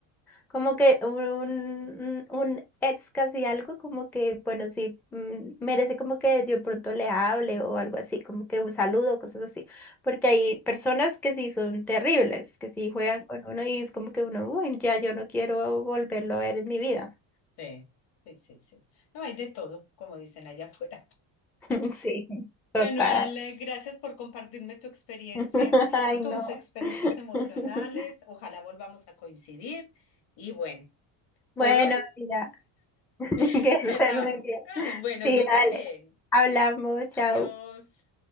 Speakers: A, in the centre; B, on the left.
A: Como que un, un ex casi algo, como que, bueno, sí, mm, merece como que yo de pronto le hable o algo así, como que un saludo, cosas así. Porque hay personas que sí son terribles, que sí juegan con uno y es como que uno, bueno, ya yo no quiero volverlo a ver en mi vida.
B: Sí, sí, sí, sí. No hay de todo, como dicen allá afuera. <laughs>
A: <laughs> Sí, total.
B: Bueno, Ale, gracias por compartirme tu experiencia
A: <laughs> Ay,
B: o
A: no.
B: tus experiencias
A: <laughs>
B: emocionales. Ojalá volvamos a coincidir. Y bueno,
A: Bueno,
B: por hoy
A: mira, <laughs>
B: <laughs>
A: que estés
B: cerramos.
A: muy bien.
B: <laughs> Bueno,
A: Sí,
B: tú
A: dale.
B: también.
A: Hablamos, chao.
B: Adiós.